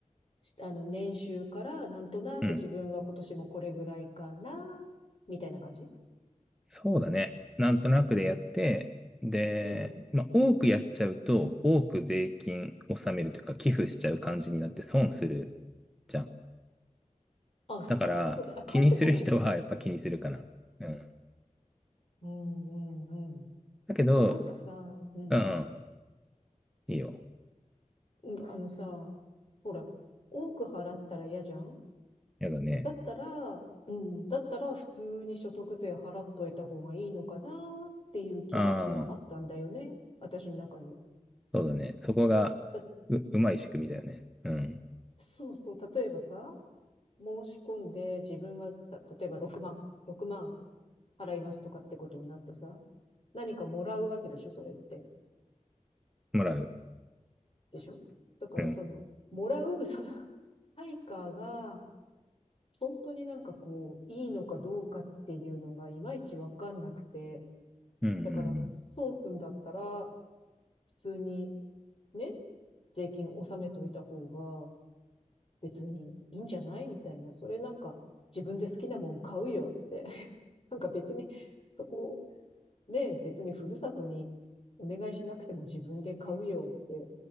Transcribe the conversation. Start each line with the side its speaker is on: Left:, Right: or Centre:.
Left: あの年収からなんとなく自分は今年もこれぐらいかな、
Centre: うん。
Left: みたいな感じ
Centre: そうだね。なんとなくでやって、で、
Left: うん。
Centre: まあ、多くやっちゃうと、多く税金納めるというか、寄付しちゃう感じになって損するじゃん。
Left: あ、そうだ。
Centre: だから、
Left: あ、帰ってこないんだ。
Centre: 気にする人はやっぱ気にするかな。うん。
Left: うん、うん、うん。
Centre: だけど、
Left: そう、なんかさ、うん、
Centre: うん、いいよ。
Left: うん、あのさ、ほら、多く払ったら嫌じゃん
Centre: やだね。
Left: だったら、うん、だったら普通に所得税払っといた方がいいのかなっていう気持ちもあったんだよね。
Centre: ああ、
Left: 私の中に。
Centre: そうだね。そこが、
Left: だ、
Centre: う、うまい仕組みだよね。うん。
Left: そうそう、例えばさ、申し込んで自分は、た例えば6万、6万払いますとかってことになってさ、何かもらうわけでしょ、それって。
Centre: もらう。
Left: でしょだからその、
Centre: うん。
Left: もらう、<laughs> その、対価が、本当になんかこう、いいのかどうかっていうのがいまいちわかんなくて、
Centre: うん、うん、
Left: だから損すんだったら、普通にね、税金納めといた方が別にいいんじゃないみたいな、それなんか自分で好きなもん買うよって、<laughs> なんか別にそこね、別にふるさとにお願いしなくても自分で買うよって